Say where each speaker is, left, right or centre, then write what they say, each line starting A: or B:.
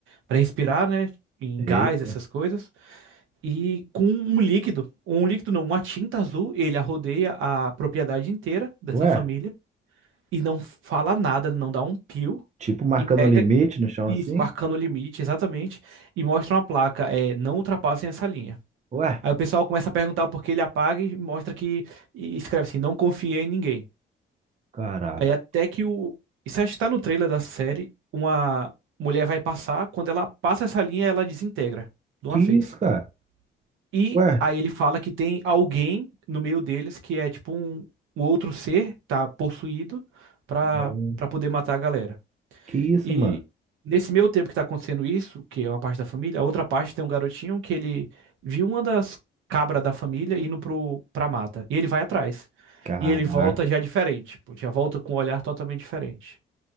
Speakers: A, on the right; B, on the right.
A: para respirar, né? Em gás,
B: Eita.
A: essas coisas, e com um líquido, um líquido não, uma tinta azul, ele arrodeia a propriedade inteira dessa
B: Ué,
A: família e não fala nada, não dá um pio,
B: tipo marcando
A: e pega
B: limite no chão
A: isso,
B: assim?
A: marcando o limite, exatamente, e mostra uma placa, é, não ultrapassem essa linha.
B: Ué,
A: Aí o pessoal começa a perguntar o porquê ele apaga e mostra que. E escreve assim: não confiei em ninguém.
B: caraca.
A: Aí até que o. Isso acho que tá no trailer da série. Uma mulher vai passar, quando ela passa essa linha, ela desintegra de
B: Que
A: uma vez.
B: isso, cara?
A: E
B: Ué,
A: aí ele fala que tem alguém no meio deles que é tipo um, um outro ser, tá possuído, pra,
B: Não.
A: pra poder matar a galera.
B: que isso,
A: E
B: mano?
A: nesse meio tempo que tá acontecendo isso, que é uma parte da família, a outra parte tem um garotinho que ele viu uma das cabras da família indo pro, pra mata. E ele vai atrás.
B: Caraca.
A: E ele volta já diferente, pô, já volta com um olhar totalmente diferente.